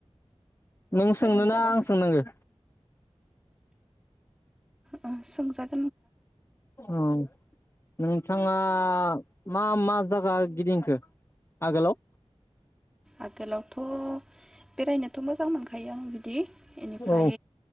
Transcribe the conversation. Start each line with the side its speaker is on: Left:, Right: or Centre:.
Left: नों
Centre: रायज्लायजागोन
Left: सोंनो ना आं सोंनांगो?
Centre: ओं सोंजाग
Left: औ नोंथाङा मा मा जागा गिदिंखो आगोलाव?
Centre: आगोलावथ बेरायनोथ मोजां मोनखायो आं बिदि इनिफ्राय
Left: औ